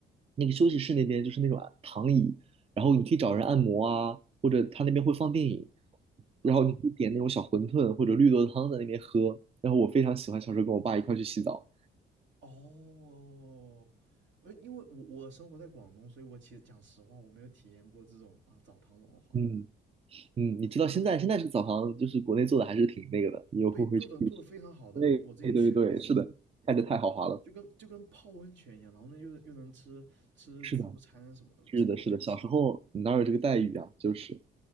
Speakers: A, on the right; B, on the right.
A: 那个休息室那边就是那种啊躺椅，然后你可以找人按摩啊，或者他那边会放电影，
B: 嗯，
A: 然后你可以点那种小馄饨或者绿豆汤在那边喝。然后我非常喜欢小时候跟我爸一块去洗澡。
B: 哦，呃，因为我我生活在广东，所以我其实讲实话，我没有体验过这种啊澡堂文化。
A: 嗯嗯，你知道现在现在这个澡堂就是国内做的还是挺那个的，你有空回去试一试
B: 对，做的做的非常好的，
A: 对对对对，
B: 我我之前去了一次，
A: 是的，看着太豪华了。
B: 就跟就跟泡温泉一样，然后呢又又能吃吃自助餐什么的，
A: 是的，是的，
B: 什么都可以吃。
A: 是的，小时候哪有这个待遇啊？就是，